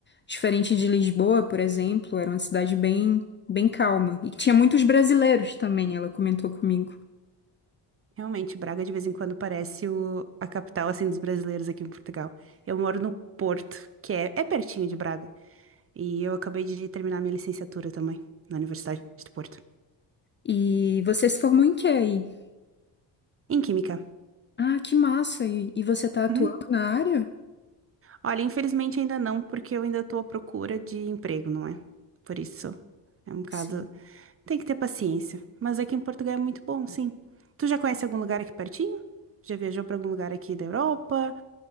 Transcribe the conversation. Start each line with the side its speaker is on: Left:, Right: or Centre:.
Left: diferente de Lisboa, por exemplo, era uma cidade bem, bem calma. E que tinha muitos brasileiros também, ela comentou comigo.
Right: Realmente, Braga de vez em quando parece o- a capital assim dos brasileiros aqui em Portugal. Eu moro no Porto, que é, é pertinho de Braga. E eu acabei de terminar minha licenciatura também, na Universidade de Porto,
Left: E você se formou em quê aí?
Right: em Química.
Left: Ah, que massa! E, e você tá atuando
Right: Uhum.
Left: na área?
Right: Olha, infelizmente ainda não, porque eu ainda estou à procura de emprego, não é? Por isso é um bocado.
Left: Sim.
Right: Tem que ter paciência. Mas aqui em Portugal é muito bom, sim. Tu já conhece algum lugar aqui pertinho? Já viajou para algum lugar aqui da Europa?